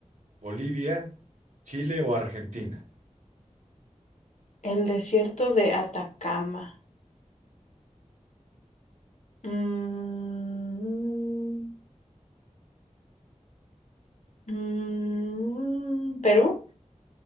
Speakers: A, on the right; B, on the left.
A: Bolivia, Chile o Argentina?
B: El desierto de Atacama. Mm, mm, mm, ¿Perú?